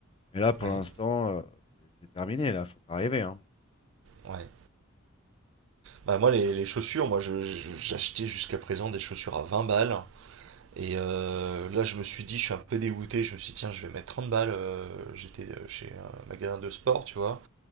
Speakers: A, on the left; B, on the right.
A: Mais là, pour
B: ouais,
A: l'instant, euh, c'est c'est terminé, là, faut pas rêver, hein.
B: ouais. Bah, moi, les, les chaussures, moi, je- je- j'achetais jusqu'à présent des chaussures à 20 balles. Et euh, là, je me suis dit, je suis un peu dégoûté. Je me suis dit, tiens, je vais mettre 30 balles. euh, J'étais euh, chez un magasin de sport, tu vois,